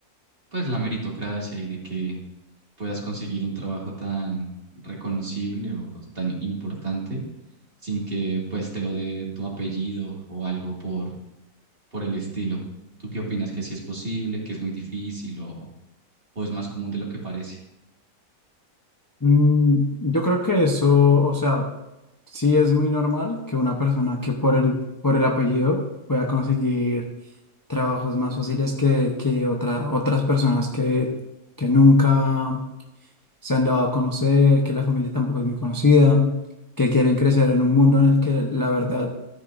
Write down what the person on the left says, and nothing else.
Mm, yo creo que eso, o sea, sí es muy normal que una persona que por el, por el apellido pueda conseguir trabajos más fáciles que, que otra, otras personas que, que nunca. se han dado a conocer, que la familia tampoco es muy conocida, que quieren crecer en un mundo en el que la verdad,